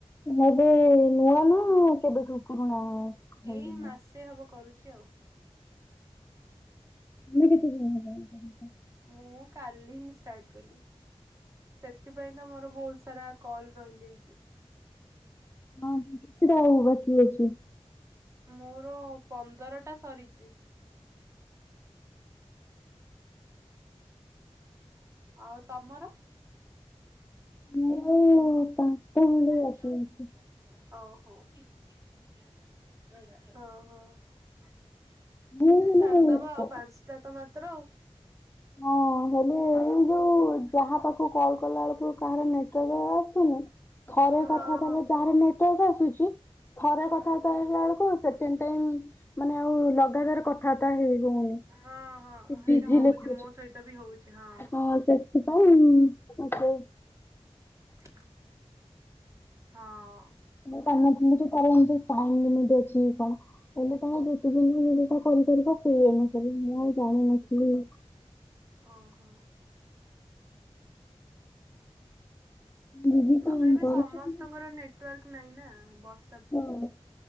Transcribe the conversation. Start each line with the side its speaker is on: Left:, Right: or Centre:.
Left: ଏବେ ନୂଆ ନା କେବେ ଠୁ ପୁରୁଣା ହେଇଗଲାଣି?
Right: ଏଇ ମାସେ ହବ କରୁଛି ଆଉ।
Left: ତମେ କେତେ ଦିନ ହେଲାନି କରୁଚ?
Right: ମୁଁ କାଲି ହିଁ ଷ୍ଟାର୍ଟ କଲି। ସେଥିପାଇଁ ତ ମୋର ବହୁତ ସାରା କଲ ରହିଯାଇଚି।
Left: ହଁ କେତେଟା ଆଉ ବାକି ଅଛି?
Right: ମୋର ପନ୍ଦରଟା ସରିଚି। <inaudible> ଆଉ ତମର? <inaudible>
Left: ମୋର
Right: ହୋଉ
Left: ପାଞ୍ଚଟା ଖଣ୍ଡେ ବାକି
Right: ହୋଉ
Left: ଅଛି।
Right: ଓ ହୋ।
Left: ମୁଁ ମାନେ
Right: ସାରିଦବା ଆଉ
Left: କ
Right: ପାଞ୍ଚଟା ତ ମାତ୍ର।
Left: ହଁ ହେଲେ ଏଇ ଯୋଉ ଯାହା ପାଖକୁ କଲ୍ କଲା ବେଳକୁ କାହାର ନେଟୱାର୍କ ଆସୁନି ଥରେ
Right: ହଁ
Left: କଥା କହିଲେ
Right: ହଁ
Left: ଯାହାର ନେଟୱାର୍କ ଆସୁଛି ଥରେ
Right: ହୁଁ
Left: କଥାବାର୍ତ୍ତା ହେଇଗଲା ବେଳକୁ ସେକେଣ୍ଡ ଟାଇମ ମାନେ ଆଉ ଲଗାତାର କଥାବାର୍ତ୍ତା ହେଇ ହଉନି
Right: ହଁ ହଁ ସେଇଟା
Left: ବିଜି
Right: ହଉଛି
Left: ଲେଖୁଛି।
Right: ମୋ ସହିତ ବି ହଉଛି ହଁ
Left: ହଁ ସେଥି ପାଇଁ ମତେ
Right: <inaudible> ହଁ
Left: କାମ ଥିଲୁ କି ତାର ଟାଇମ ଲିମିଟି ଅଛି କଣ କହିଲେ ତାଙ୍କ ଯେତେ ଦିନ ବି ଯଦି ତା କରିପାରିବା ସେଇ ଅନୁସାରେ ମୁଁ ଆଉ ଜାଣିନଥିଲି
Right: ଅ ହୋ
Left: ଦିଦି
Right: ତାପରେ
Left: କଣ
Right: ବି
Left: କରୁଛନ୍ତି?
Right: ସମସ୍ତଙ୍କର ନେଟୱାର୍କ ନାହିଁ ନା ବର୍ଷ
Left: ଉଁ